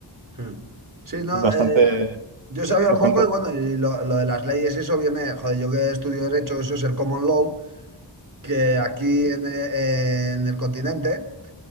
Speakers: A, on the right; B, on the right.
A: hmm. Sí, no,
B: Es bastante,
A: eh, yo sabía
B: bastante
A: un poco y
B: loco.
A: bueno, y lo, lo de las leyes, eso viene, joder, yo que estudio derecho, eso es el common law, que aquí
B: Ujú.
A: en, eh, en el continente